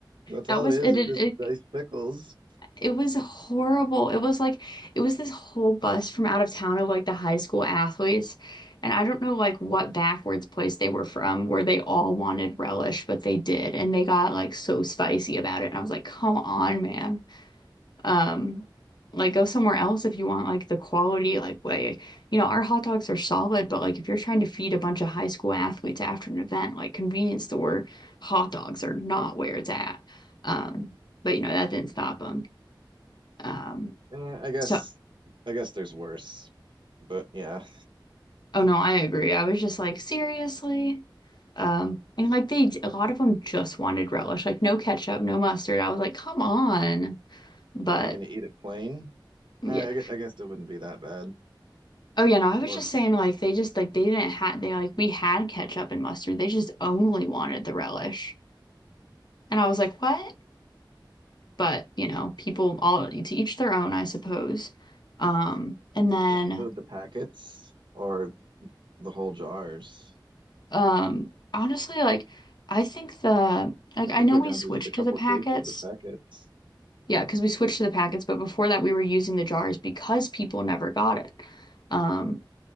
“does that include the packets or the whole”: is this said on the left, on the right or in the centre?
Right